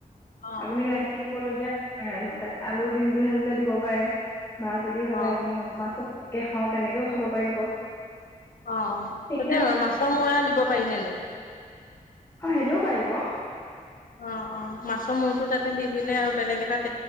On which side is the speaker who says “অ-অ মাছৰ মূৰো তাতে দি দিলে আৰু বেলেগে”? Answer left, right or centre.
Left